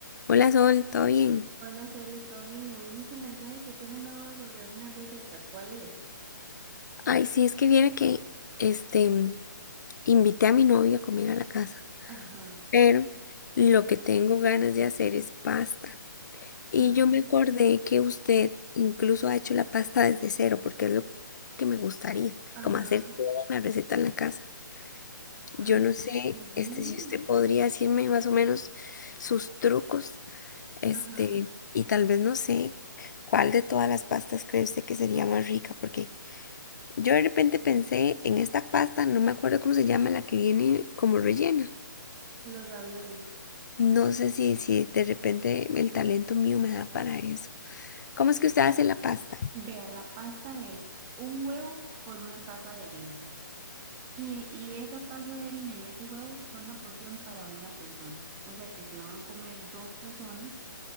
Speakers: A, on the left; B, on the right.
A: Hola Sol, ¿todo bien?
B: Hola, Cele, ¿todo bien? Ahí vi su mensaje que tiene una duda sobre una receta. ¿Cuál es?
A: Ay, sí, es que viera que este invité a mi novio a comer a la casa,
B: Ajá,
A: pero lo que tengo ganas de hacer es pasta. Y
B: ajá,
A: yo me acordé que usted incluso ha hecho la pasta desde cero, porque es lo que me gustaría,
B: ajá.
A: como hacer toda la receta en la casa.
B: Ay,
A: Yo no sé,
B: súper bien.
A: este, si usted podría decirme más o menos sus trucos, este,
B: Ajá,
A: y tal vez no sé cuál de todas las pastas cree usted que sería más rica, porque Yo de repente pensé en esta pasta, no me acuerdo cómo se llama, la que viene como rellena.
B: los raviolis.
A: No sé si, si de repente el talento mío me da para eso. ¿Cómo es que usted hace la pasta?
B: Vea, la pasta es un huevo por una taza de harina. Y, y esa taza de harina y ese huevo son la porción para una persona. O sea que si van a comer dos personas